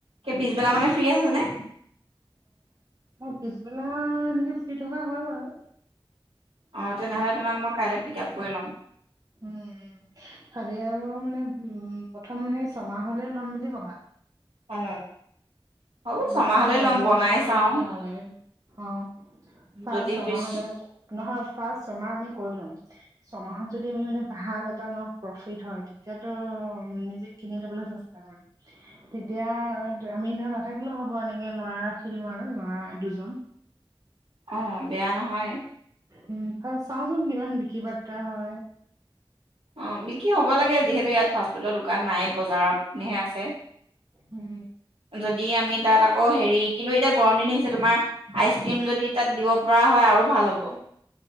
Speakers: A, on the right; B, on the right.
A: পিছবেলা মানে ফ্ৰী আছ নে?
B: মই পিছবেলা অ এনেকে শুই থকা হয় বাও।
A: অ তেনেহ'লে তোমাক মই কাইলৈ পিক আপ কৰি ল'ম
B: উম উ খালি আৰু মানে উ। প্ৰথম সেই ছমাহলৈ ল'ম বুলি কবা।
A: অ হ'ব
B: বেছি
A: ছমাহলৈ
B: মানে
A: ল'ম
B: এবছৰ
A: বনাই চাওঁ
B: নালাগে, অ ফাৰ
A: যদি
B: ছমাহলে।
A: পিছ
B: নহয় ফাৰ্ষ ছমাহ আমি কৰি ল'ম ছমাহত যদি আমি মানে ভাল এটা প্ৰফিট হয় তেতিয়াতো নিজে কিনি ল'বলৈ চেষ্টা কৰিম তেতিয়া আমি ন নাথাকিলেও হ'ব এনেকে ল'ৰা ৰাখি দিম আৰু ল'ৰা দুজন।
A: অ বেয়া নহয়।
B: উম হয় চাওচোন কিমান বিকি বাৰ্তা হয়।
A: অ বিক্ৰী হ'ব লাগে যিহেতু ইয়াত ফাষ্টফুডৰ দোকান নাই বজাৰত। হে আছে,
B: উম
A: যদি আমি তাত আকৌ হেৰি কিন্তু এতিয়া গৰম দিন আহিছে তোমাৰ আইচ ক্ৰীম যদি তাত দিব। পোৱা হয় আৰু ভাল হ'ব।